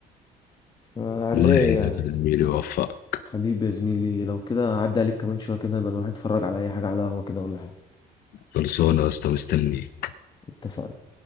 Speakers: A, on the left; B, on the left.
A: آه، على
B: الله
A: الرايق
B: يعينك
A: يعني
B: يا زميلي ويوفقك
A: حبيبي يا زميلي لو كده عدى عليك كمان شويه كده يبقى نروح نتفرج على اي حاجه على قهوه كده ولا حاجه
B: خلصانة يا اسطى مستنيك
A: اتفقنا